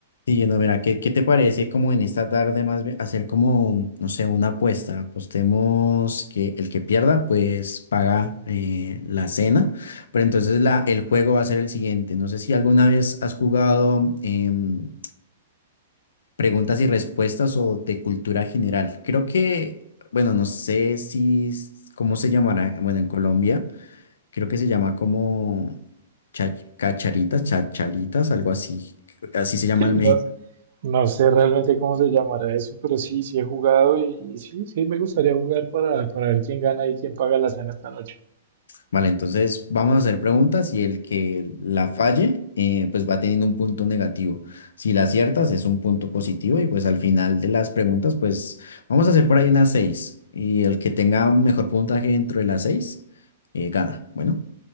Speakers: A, on the left; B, on the right.
A: Sí, no, mira, ¿qué, qué te parece como en esta tarde más bien hacer como, no sé, una apuesta? Apostemos que el que pierda pues paga eh, la cena, pero entonces la, el juego va a ser el siguiente. No sé si alguna vez has jugado em, preguntas y respuestas o de cultura general. Creo que, bueno, no sé si, es- cómo se llamará, bueno, en Colombia creo que se llama como cha- cacharitas, chachalitas, algo así. Así se llaman
B: No, no sé realmente cómo se llamará eso, pero sí, sí he jugado y, y sí, sí me gustaría jugar para, para ver quién gana y quién paga la cena esta noche.
A: Vale, entonces vamos a hacer preguntas y el que la falle, eh, pues va teniendo un punto negativo. Si la aciertas, es un punto positivo y pues al final de las preguntas, pues vamos a hacer por ahí unas seis. Y el que tenga mejor puntaje dentro de las seis, eh, gana. Bueno,